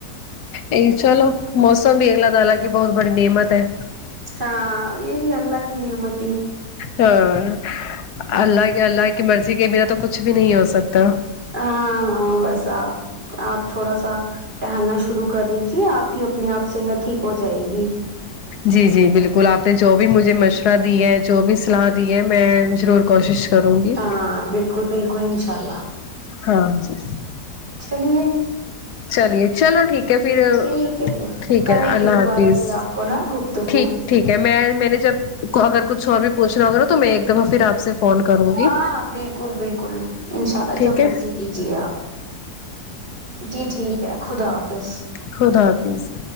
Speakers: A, on the left (about 70°); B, on the right (about 30°).
A: ایک چلو موسم بھی اگلا تھا حالاکہ بہت بڑی نعمت ہے
B: ہاں یہ ہی اللہ ہی کی نعمت
A: ہاں اللہ کے اللہ کی مرضی کے بنا تو کچھ بھی نہیں ہو سکتا
B: ہاں ہاں بس آپ آپ تھوڑا سا ٹہلنا شروع کر دیجیے آپ کی اپنے آپ صحت ٹھیک ہو جائے گی
A: جی جی بالکل آپ نے جو بھی مجھے مشورہ دی ہے جو بھی صلاح دی ہے میں ضرور کوشش کروں گی
B: ہاں بالکل بالکل انشاء اللہ
A: ہاں جی
B: چلیے
A: چلیے چلو ٹھیک ہے پھر
B: ٹھیک ہے پھر
A: ٹھیک
B: کریں
A: ہے اللہ
B: گے دوبارہ
A: حافظ
B: سے آپ کو نا گپتگوپت
A: ٹھیک ٹھیک ہے میں میں نے جب اگر کچھ اور بھی پوچھنا ہوگا تو میں ایک دفع پھر آپ سے فون کروں گی
B: ہاں بالکل بالکل انشاء اللہ
A: ٹھیک
B: جب
A: ہے
B: مرضی کیجیے آپ جی ٹھیک ہے خدا حافظ
A: خدا حافظ